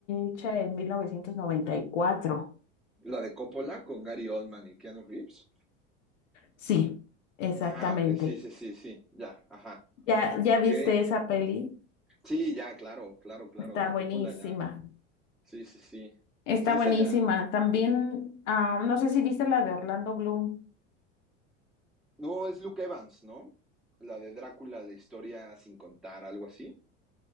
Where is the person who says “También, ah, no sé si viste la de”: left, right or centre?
Left